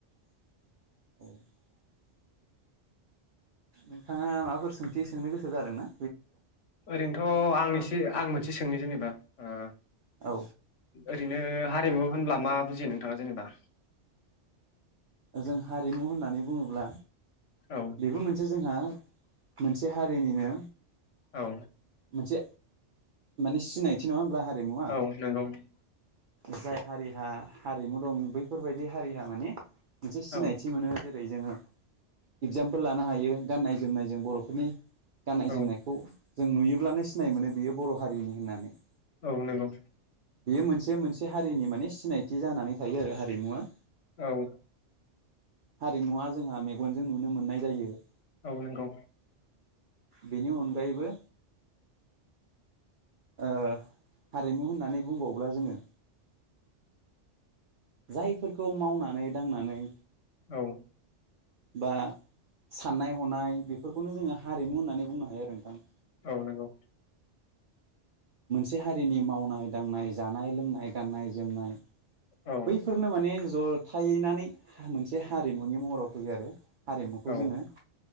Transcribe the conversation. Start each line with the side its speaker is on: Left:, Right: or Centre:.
Right: <inaudible> नोंथाङा माबाफोर सोंथि सोंनो गोसो जादों ना?
Left: ओरैनोथ' आं एसे आं मोनसे सोंनि जेनेबा ओ
Right: औ
Left: ओरैनो हारिमु होनब्ला मा बुजियो नोंथाङा जेनेबा?
Right: जों हारिमु होननानै बुङोब्ला
Left: औ
Right: बेबो मोनसे जोंहा मोनसे हारिनिनो
Left: औ
Right: मोनसे माने सिनायथि नङा होमब्ला हारिमुवा
Left: औ नंगौ ।
Right: जाय हारिहा हारिमु दं बैफोरबायदि हारिहा माने मोनसे सिनायथि
Left: औ
Right: मोनो जे जोङो इगजामपोल लानो हायो गाननाय जोमनाय जों बर'फोरनि गाननाय
Left: औ
Right: जोमनायखौ जों नुयोब्लानो सिनाय मोनो बेयो बर' हारिनि होननानै ।
Left: औ नंगौ
Right: बेयो मोनसे मोनसे हारिनि माने सिनायथि जानानै थायो आरो हारिमुआ
Left: औ
Right: हारिमुआ जोंहा मेगनजों नुनो मोननाय जायो ।
Left: औ नंगौ
Right: बेनि अनगायैबो ओ हारिमु होननानै बुंबावब्ला जोङो जायफोरखौ मावनानै दांनानै
Left: औ
Right: बा साननाय हनाय बेफोरखौनो जोङो हारिमु होननानै बुंनो हायो आरो नोंथां ।
Left: औ नंगौ।
Right: मोनसे हारिनि मावनाय दांनाय जानाय लोंनाय गाननाय जोमनाय
Left: औ
Right: बैफोरनो माने जथायैनानै मोनसे हारिमुनि महराव फैयो आरो हारिमुखौ
Left: औ
Right: जोङो